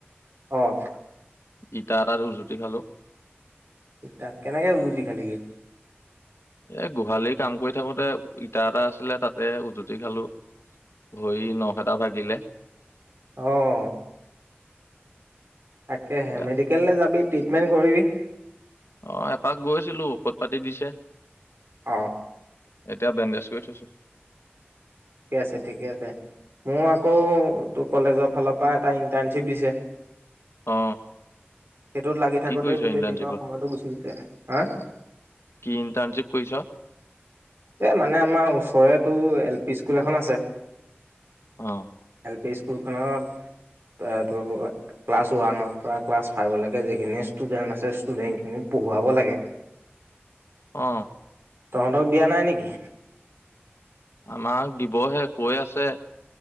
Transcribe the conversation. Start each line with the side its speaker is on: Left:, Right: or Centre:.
Right: অহ
Left: ইটা এটাত উজুতি খালো?
Right: তাত কেনেকে উজুতি খালিগে?
Left: এ গোহালি কাম কৰি থাকোতে ইটা এটা আছিলে তাতে উজুতি খালো? ভৰি নখ এটা ভাগিলে?
Right: অহ তাকেহে
Left: এয়া
Right: মেডিকেললৈ যাবি? ট্ৰিটমেণ্ট কৰিবি?
Left: আহ এপাক গৈছিলো ঔষধ পাতি দিছে?
Right: অ।
Left: এতিয়া বেণ্ডেজ কৰি থৈছো।
Right: ঠিকে আছে, ঠিকে আছে মোৰ আকৌ তোৰ কলেজৰ ফালৰ পৰা এটা ইণ্টাৰ্ণশ্বিপ দিছে।
Left: অ
Right: সেইটোত লাগি থাকোঁতেই
Left: কি কৰিছ
Right: গোটেই
Left: ইণ্টাৰ্ণশ্বিপত
Right: দিনৰ সময়টো গুচি গৈছে। হা-
Left: কি ইণ্টাৰ্ণশ্বিপ কৰিছ?
Right: এ মানে আমাৰ ওচৰতো এল পি স্কুল এখন আছে-
Left: অ
Right: এল পি স্কু- স্কুলখনত, এইটো ক্লাছ ওৱানৰ পৰা ক্লাছ ফাইভলৈকে যিখিনি ষ্টুডেণ্ট আছে ষ্টুডেণ্টখিনি পঢ়োৱাব লাগে।
Left: অ।
Right: তহতক- দিয়া নাই নেকি?
Left: আমাক দিবহে কৈ আছে?